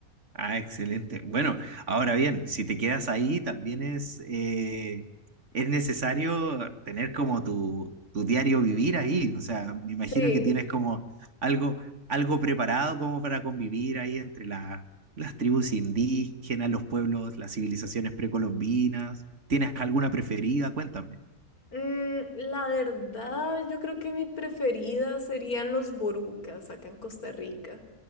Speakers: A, on the right; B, on the left.
A: Ah, excelente. Bueno, ahora bien, si te quedas ahí, también es, eh, es necesario tener como tu, tu diario vivir ahí. O sea, me imagino
B: Sí.
A: que tienes como algo, algo preparado como para convivir ahí entre la- las tribus indígenas, los pueblos, las civilizaciones precolombinas. ¿Tienes alguna preferida? Cuéntame.
B: Mm, la verdad, yo creo que mi preferida serían los borucas acá en Costa Rica.